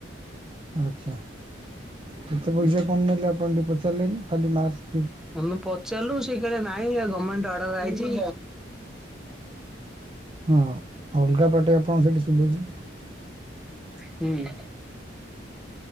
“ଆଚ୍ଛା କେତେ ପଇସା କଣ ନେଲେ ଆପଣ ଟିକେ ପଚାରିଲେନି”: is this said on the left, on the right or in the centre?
Right